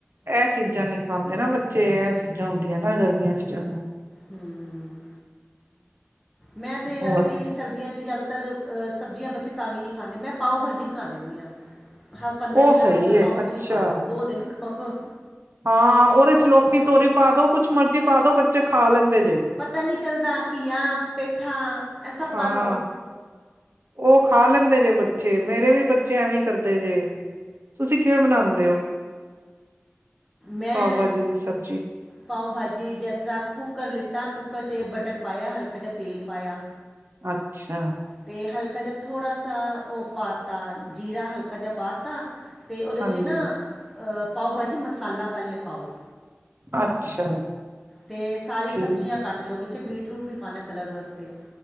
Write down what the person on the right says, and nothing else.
ਇਹ ਚੀਜ਼ਾਂ ਨੀ ਖਾਂਦੇ ਨਾ ਬੱਚੇ ਇਹ ਚੀਜ਼ਾਂ ਹੁੰਦੀਆਂ ਨਾ ਗਰਮੀਆਂ ਚ ਜਿਆਦਾ।
ਹੋਰ
ਉਹ
ਸਹੀ
ਹੈ
ਅੱਛਾ
ਹਾਂ ਉਹਦੇ ਚ ਲੋਕੀ ਤੋਰੀ ਪਾ ਦੋ ਕੁਛ ਮਰਜੀ ਪਾ ਦੋ ਬੱਚੇ ਖਾ ਲੈਂਦੇ। ਜੇ
ਹਾਂ
ਉਹ ਖਾ ਲੈਂਦੇ ਜੇ ਬੱਚੇ ਮੇਰੇ ਵੀ ਬੱਚੇ ਐਵੇਂ ਕਰਦੇ ਜੇ ਤੁਸੀਂ ਕਿਵੇਂ ਬਣਾਉਂਦੇ ਹੋ?
ਪਾਓ ਭਾਜੀ ਦੀ ਸਬਜ਼ੀ
ਅੱਛਾ
ਹਾਂਜੀ
ਅੱਛਾ
ਠੀਕ